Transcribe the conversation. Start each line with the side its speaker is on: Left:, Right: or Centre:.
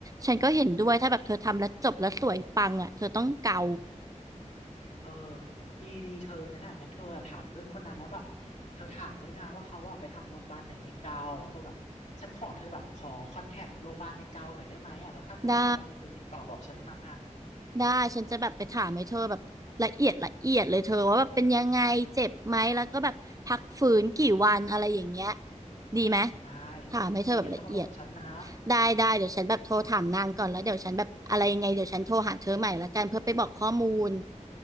Right: ฉันก็เห็นด้วยถ้าแบบเธอทำแล้วจบแล้วสวยปังอ่ะเธอต้องเกา
Left: เออดีดีเธองั้นอ่ะงั้นเธออะถามเพื่อนคนนั้นแล้วแบบเธอถามด้วยนะว่าเขาอ่ะไปทำโรงพยาบาลไหนในเกาแล้วก็แบบฉันขอเธอแบบขอคอนแทคโรงพยาบาลในเกาหน่อยได้ไหมอ่ะแล้วถ้าเธอได้แล้วไงเธอติดต่อบอกฉันมา
Right: ได้ ได้ฉันจะแบบไปถามให้เธอแบบละเอียดละเอียดเลยเธอว่าแบบเป็นยังไงเจ็บไหมแล้วก็แบบพักฟื้นกี่วันอะไรอย่างเงี้ยดีไหม
Left: ได้แล้วเธอดีแล้วเธอมาบอกฉันนะ
Right: ถามให้เธอแบบละเอียดได้ได้เดี๋ยวฉันแบบโทรถามนางก่อนแล้วเดี๋ยวฉันแบบอะไรยังไงเดี๋ยวฉันโทรหาเธอใหม่ละกันเพื่อไปบอกข้อมูล